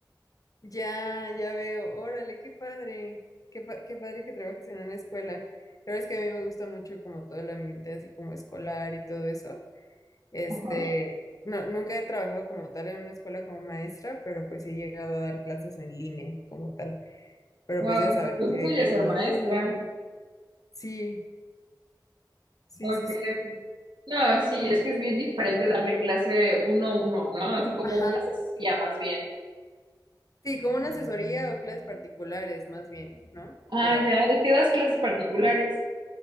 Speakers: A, on the left (about 45°); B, on the right (about 80°).
A: Ya, ya veo. Órale, qué padre. Qué, pa- qué padre que trabajes en una escuela. La verdad es que a mí me gusta mucho como todo el ambiente así como escolar y todo eso. Este,
B: Ajá.
A: no, nunca he trabajado como tal en una escuela como maestra, pero pues sí he llegado a dar clases en línea como tal. Pero
B: Wow,
A: pues ya sabes,
B: pues
A: así
B: eso
A: de
B: ya
A: que
B: es
A: uno
B: ser maestra.
A: a uno. Sí, sí,
B: Ok.
A: sí, sí.
B: No, sí, es que es bien diferente darle clase uno a uno, ¿no? Así como
A: Ajá.
B: una asesoría más bien.
A: Sí, como una asesoría o clases particulares, más bien, ¿no?
B: Ah,
A: Pero,
B: ya, ¿de qué das clases particulares?